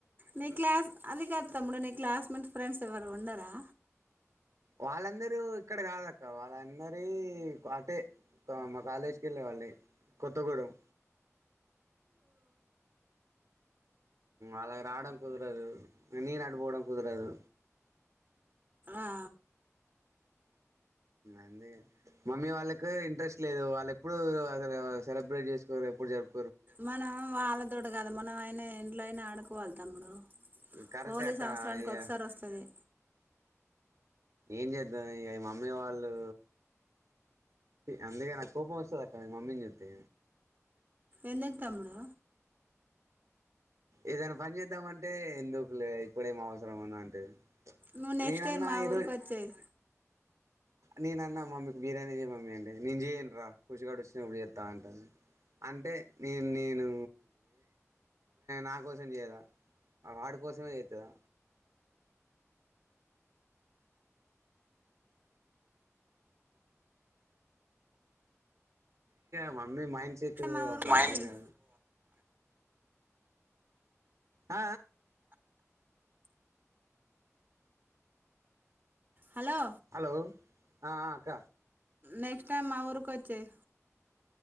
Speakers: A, on the right; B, on the right.
A: న క్లాస్ అదికార తముడ న క్లాస్మె ఫ్రెండ్స్ ఎవరు ఉండరా
B: వాళ్ళందరూ ఇక్కడ కాదక్క వాళ్ళందరి అటే మా కాలేజీకి వెళ్ళే వాళ్ళి కొత్తగూెం అలాగ రావడం కుదరదు నేను అడుపోవడం కుదరదు
A: ఆ
B: అదే మమ్మీ వాళ్ళకి ఇంట్రెస్ట్ లేదు వాళ్ళ ఎప్పుడు అసలు సెలబ్రేట్ చేసుకో ఎప్పుడు జరుపు
A: మనం వాళ్ళ తోడు కదా మనం ఆయన ఇంట్లో అయినా ఆడ కూకో వెాలాము
B: కరెక్టే
A: పోలీ
B: అక్క
A: సంవత్సరానికి
B: ఇగ
A: ఒకసారి వస్తుంది
B: ఏం చేద్దా ఇ మమ్మీ వాళ్ళు అందుకే నాకు కోపం వస్తుంది అక్కడ మమ్మీని చస్తతే
A: ఎందుకు తమ్ముడు
B: ఏదైనా పని చేద్దామంటే ఎందుకు లే ఇప్పుడ ఏం అవసరం ఉంద అంటేది
A: నువ్వు నెక్స్ట్
B: నేనన్నా
A: ఇయర్ మా
B: ఈరోజు
A: ఊరికి వచ్చేయి
B: నేను అన్నా మమ్మీకు బిర్యానీ చే మమ్మీ అంటడి నేను చేయను రా కూర్చిగాడ వచ్చినప్పుడు చేస్తాను అంట అంటే నే నేను నా కోసం చేయదా వాడి కోసమే చేస్తుదా మ అన్నీ మైండ్ సెట్
A: మా ఊరికి
B: అసలు అర్ధంగా
A: వచ్చేయి
B: ఆ
A: హలో
B: హలో ఆ అక్క
A: నెక్స్ట్ టైమ్ మా ఊరుకి వచ్చాయి